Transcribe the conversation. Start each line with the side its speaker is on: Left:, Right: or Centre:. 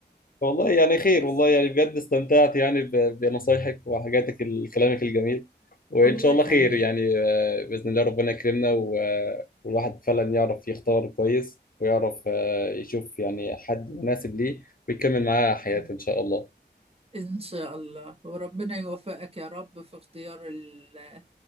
Left: والله يعني خير
Right: بس
Left: والله يعني بجد استمتعت يعني ب- بنصايحك وحاجاتك ال- كلامك الجميل وان
Right: الله
Left: شاء
Right: يخليك
Left: الله خير يعني آه، باذن الله ربنا يكرمنا و- آه، والواحد فعلا يعرف يختار كويس ويعرف آه، يشوف يعني حد مناسب ليه ويكمل معاه حياته
Right: ان
Left: ان شاء الله
Right: إن شاء الله وربنا يوفقك يا رب في اختيار ال